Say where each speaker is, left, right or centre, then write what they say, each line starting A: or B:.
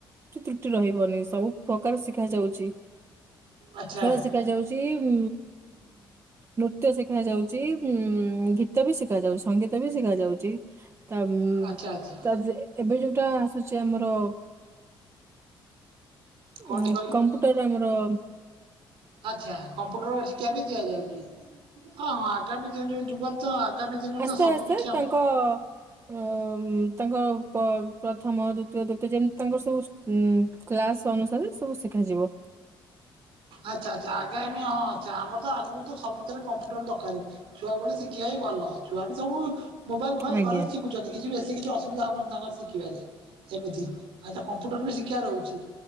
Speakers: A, on the right (about 30°); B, on the right (about 80°).
A: ସେ ତ୍ରୁଟି ରହିବନି ସବୁ ପ୍ରକାର ଶିଖା ଯାଉଚି।।
B: ଆଚ୍ଛା
A: ଖେଳ ଶିଖ ଯାଉଚି ଉଁ। ନୃତ୍ୟ ଶିଖା ଯାଉଚି ଉଁ ଗୀତ ବି ଶିଖା ଯାଉଚି ସଙ୍ଗୀତ ବି ଶିଖ ଯାଉଚି। ତା
B: ଆଚ୍ଛା ଆଚ୍ଛା
A: ଏବେ ଯୋଉଟା ଆସୁଛି ଆମର
B: କଣଟି
A: ଉଁ କମ୍ପ୍ୟୁଟର ଆମର
B: ଆଛା କମ୍ପୁଟର ଶିକ୍ଷା ବି ଦିଆଯାଉଚି। ହଁ ହଁ। ଆଗାମୀ ଦିନରେ ଯୁଗରେ ତ ଆଗାମୀ ଦିନରେ
A: ଆସ୍ତେ
B: ତ ସବୁ
A: ଆସ୍ତେ
B: କିଛି ଆମକୁ
A: ତାଙ୍କ ଅ ତାଙ୍କ ପ ପ୍ରଥମ ଦ୍ଵିତୀୟ ତୃତୀୟ ଯେମିତି ତାଙ୍କର ସବୁ ଉଁ କ୍ଲାସ ଅନୁସାରେ ସବୁ ଶିଖାଯିବ।
B: ଆଚ୍ଛା ଆଚ୍ଛା ଆଗାମୀ ହଁ ଆଛା ଆମର ତ ଆଗକୁ ତ ସବୁଥିରେ କମ୍ପ୍ୟୁଟର ଦରକାର। ଛୁଆ ବେଳୁ ଶିଖିବା ହି ଭଲ। ଛୁଆ ବି ସବୁ ମୋବାଇଲ ଭଲ
A: ଆଜ୍ଞା
B: ଘରେ ଶିଖୁଛନ୍ତି କିଛି ବି କିଛି ଅସୁବିଧା ହବନି ତାଙ୍କର ଶିଖିବାରେ। ସେମିତି ଆ କମ୍ପ୍ୟୁଟର ରେ ବି ଶିକ୍ଷା ରହୁଚି।